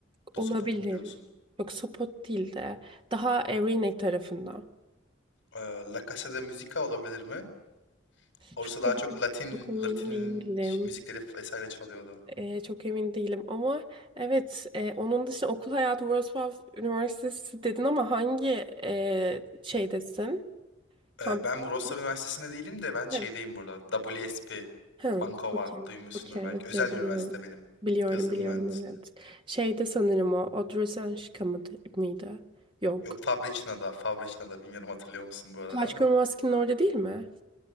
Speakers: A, on the left (about 70°); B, on the right (about 25°).
A: Dosopot'u
B: Olabilir.
A: mu diyorsun?
B: Yok Sopot değil de daha Erinek tarafında.
A: Ee, La Casa de Musica olabilir mi? Orası
B: Çok
A: daha
B: emin,
A: çok Latin
B: çok emin
A: Latin
B: değilim.
A: müzikleri vesaire çalıyordu.
B: Ee, çok emin değilim ama evet e, onun dışında okul hayatı Wrocław Üniversitesi dedin ama hangi e, şeydesin? Kampüstesin?
A: Ee, ben Wrocław Üniversitesi'nde değilim de ben şeydeyim
B: Hı,
A: burada. WSP,
B: hı,
A: Bankova
B: okey,
A: duymuşsundur
B: okey,
A: belki.
B: okey
A: Özel
B: biliyorum.
A: üniversite benim.
B: Biliyorum,
A: Yazılım
B: biliyorum
A: mühendisliği.
B: evet. Şeyde sanırım o Odrzyńska mıydı? mıydı? Yok.
A: Yok Fabriçna'da, Fabriçna'da bilmiyorum hatırlıyor musun buraları
B: Plaçka
A: ama.
B: Maski'nin orada değil mi?